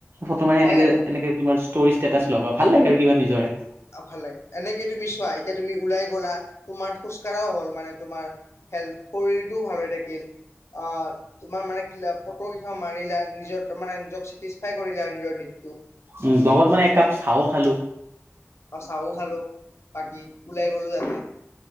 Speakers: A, on the right (about 50°); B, on the left (about 65°).
A: ফটো মাৰি
B: হয়
A: এনেকে
B: আৰু।
A: এনেকে তোমাৰ স্তৰিত ষ্টেটাচ লগাও ভাল লাগে আৰু কিবা নিজৰে।
B: ভাল লাগে এনেকে তুমি চোৱা এতিয়া তুমি ওলাই গলা তোমাৰ খোজ কঢ়াও হ'ল মানে তোমাৰ হেল্থ শৰীৰটো ভাল হৈ থাকিল। অ', তোমাৰ মানে ফটো কেইখন মাৰিলা নিজৰ মানে নিজক চেটিছফাই কৰিলা আৰু নিজৰ। <inaudible>
A: উম, লগত মানে একাপ চাহো খা
B: বা চাহো খালো বাকী ওলাই গ'লো <unintelligible>